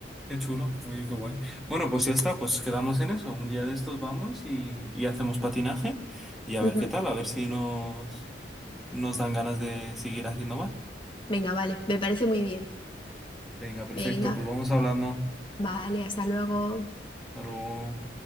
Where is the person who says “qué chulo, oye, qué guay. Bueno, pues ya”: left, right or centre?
Centre